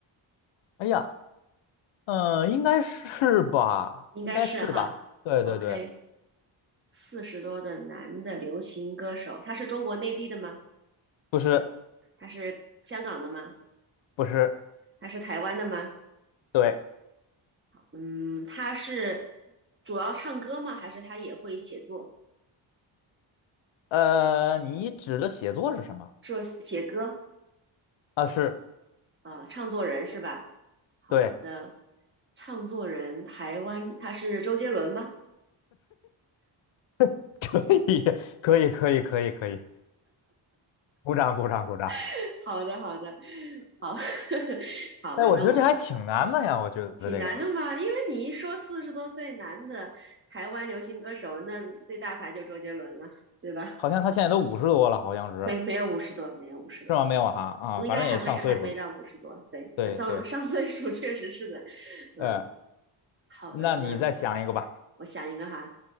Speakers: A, on the left; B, on the right.
A: 哎呀，嗯、应该是吧，
B: 应该是哈。
A: 应该是吧。对对对，
B: OK，四十多的男的流行歌手，他是中国内地的吗？
A: 不是
B: 他是香港的吗？
A: 不是，
B: 他是台湾的吗？
A: 对，
B: 嗯，他是主要唱歌吗？还是他也会写作？
A: 呃，你指的写作是什么？
B: 说写歌
A: 啊，是，
B: 啊、呃唱作人是吧？好的，
A: 对，
B: 唱作人台湾，他是周杰伦吗？
A: <laughs> 可以，可以，可以，可以，可以，鼓掌，鼓掌，鼓掌。
B: <laughs> 好的，好的，好，<laughs> 好，
A: 哎，
B: 轮到我，
A: 我觉得这还挺难的呀，我觉得这个
B: 挺难的嘛，因为你一说四十多岁男的台湾流行歌手，那最大牌就周杰伦了，对吧？
A: 好像他现在都五十多了，好像是，
B: 没没有五十多，没有五十多，
A: 是吗？没有啊，啊，反正也上岁数了。
B: 应该还没还没到五十多。对，
A: 对对，
B: 那上上岁数确实是的。
A: 呃，
B: 嗯，好的，
A: 那你再想一个吧。
B: 那我想一个哈，